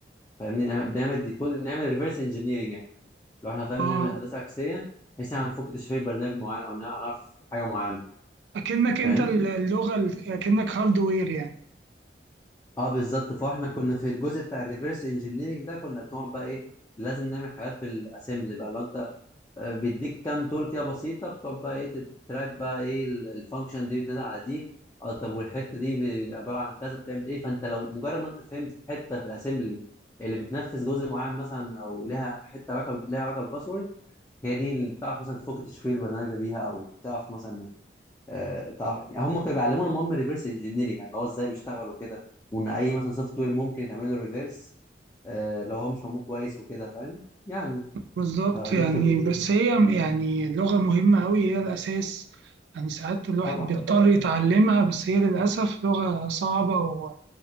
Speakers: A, on the left; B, on the right.
A: فاهمني يعني بنعمل ديكود نعمل ريفرس انجينيرنج يعني لو احنا فاهم
B: اه
A: نعمل هندسه عكسيه بحيث يعني نفك تشفير برنامج معين او نعرف حاجه معينه
B: اكنك
A: فاهم
B: انت ال- اللغه ال- اكنك هاردوير يعني
A: اه بالظبط فاحنا كنا في الجزء بتاع الريفرس انجينيرنج ده كنا بنقعد بقى ايه لازم نعمل حاجات بالاسمبلي بقى لو انت آه، بيديك كام تول كده بسيطه بتقعد بقى ايه تت- تتراك بقى ايه ال- الفانكشن دي بتنادى على دي آه، طب والحته دي ب- عباره عن كذا بتعمل ايه فانت لو مجرد ما انت فهمت حته في الاسمبلي اللي بتنفذ جزء معين مثلا او لها حته علاقه لها علاقه بالباسورد هي دي اللي بتعرف مثلا تفك تشفير البرنامج ده بيها او تعرف مثلا آه، تعرف يعني هم كانوا بيعلمونا المهم ريفرس انجينيرنج يعني اللي هو ازاي بيشتغل وكده وان اي مثلا سوفت وير ممكن يتعمل له ريفرس آه لو هو مش معمول كويس وكده فاهم يعني
B: بالظبط
A: فدي
B: يعني
A: الفكره
B: بس هي يعني اللغه مهمه قوي هي الاساس يعني ساعات الواحد
A: طبعا
B: بيضطر يتعلمها بس هي للاسف لغه صعبه و-